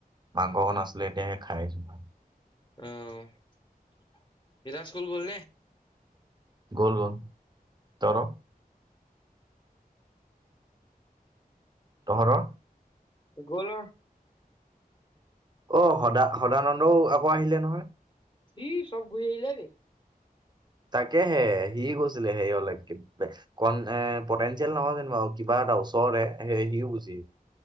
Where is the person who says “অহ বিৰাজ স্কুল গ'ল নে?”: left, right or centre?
Left